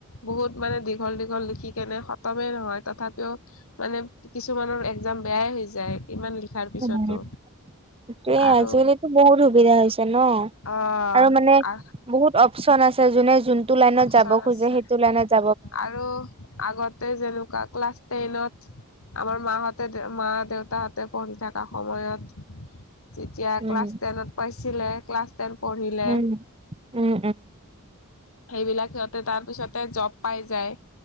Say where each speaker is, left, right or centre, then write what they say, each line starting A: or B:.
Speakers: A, on the left; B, on the right.
A: বহুত মানে, দীঘল দীঘল লিখি কেনে খতমে নহয়। তথাপিও মানে, কিছুমানৰ এক্সাম বেয়াই হৈ যায়। ইমান লিখাৰ পিছতো
B: কোন হ'য় সেয়া?
A: আৰু
B: আজি-কালিটো বহুত সুবিধা হৈছে ন'?
A: অ
B: আৰু মানে,
A: আ
B: বহুত অপ্‌চন আছে। যোনে যোনটো লাইনত
A: অপচন
B: যাব খোজে,
A: আছে
B: সেইটো লাইনত যা
A: আৰু আগতে যেনেকুৱা ক্লাছ টেনত আমাৰ মা হঁত হেঁতে মা দেউতাহঁতে পঢ়ি থকা সময়ত- যেতিয়া
B: উম,
A: ক্লাছ টেনত পাইছিলে, ক্লাছ টেন পঢ়িলে
B: উম, উম ওঁ।
A: সেইবিলাক। সিহঁতে তাৰ পিছতে জব পাই যায়।